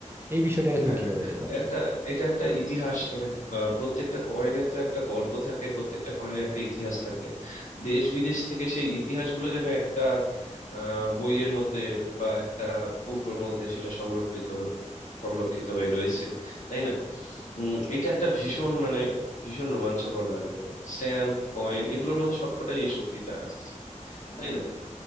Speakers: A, on the right (about 20°); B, on the left (about 75°).
A: এই বিষয়টাকে তুমি
B: হ্যাঁ
A: কিভাবে দেখো
B: একটা এটা একটা ইতিহাস মানে আহ, প্রত্যেকটা কয়েনের তো একটা গল্প থাকে প্রত্যেকটা কয়েনের একটা ইতিহাস থাকে দেশ বিদেশ থেকে সেই ইতিহাসগুলো যেন একটা আহ, বইয়ের মধ্যে বা একটা কৌটোর মধ্যে সেটা সংরক্ষিত হয়ে- সংরক্ষিত হয়ে রয়েছে তাই না উম এটা একটা ভীষণ মানে ভীষণ রোমাঞ্চকর লাগে আমার স্ট্যাম্প কয়েন এগুলোর মধ্যে সবকটাই এই শক্তিটা আছে তাই না